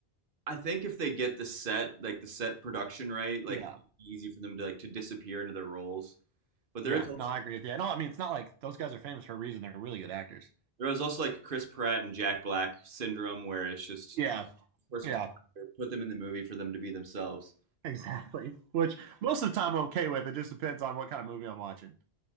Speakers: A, on the right; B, on the right.
A: I think if they get the set like the set production right, like
B: Yeah.
A: it'll be easy for them to like to disappear into their roles. But there
B: Yeah,
A: is also,
B: no, I agree with you. I know. I mean, it's not like those guys are famous for a reason. They're really good actors.
A: there is also like Chris Pratt and Jack Black syndrome where it's just
B: Yeah,
A: person's
B: yeah,
A: put them in the movie for them to be themselves.
B: exactly. Which most of the time I'm okay with. It just depends on what kind of movie I'm watching.